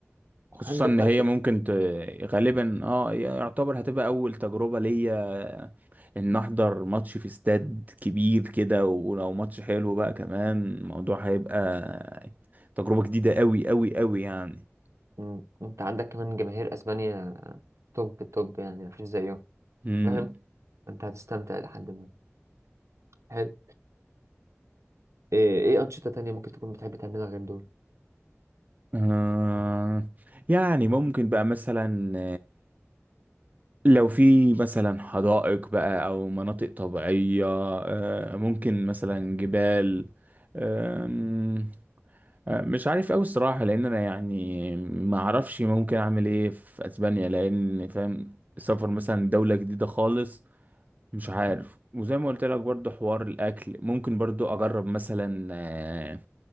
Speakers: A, on the right; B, on the right.
A: خصوصا
B: عندك
A: ان
B: بقى
A: هي ممكن ت... غالبا اه يعتبر هتبقى اول تجربة ليا ان احضر ماتش في استاد كبير كده ولو ماتش حلو بقى كمان الموضوع هيبقى تجربة جديدة قوي قوي قوي يعني
B: مم. انت عندك كمان جماهير اسبانيا توب التوب يعني مفيش زيهم
A: امم
B: فاهم انت هتستمتع لحد ما حلو ايه ايه انشطة تانية ممكن تكون بتحب تعملها غير دول
A: آه يعني ممكن بقى مثلا لو في مثلا حدائق بقى او مناطق طبيعية آه، ممكن مثلا جبال آم، آه، مش عارف اوي الصراحة لان انا يعني ما اعرفش ممكن اعمل ايه في اسبانيا لان فاهم السفر مثلا دولة جديدة خالص مش عارف وزي ما قلت لك برضو حوار الاكل ممكن برضو اجرب مثلا آه،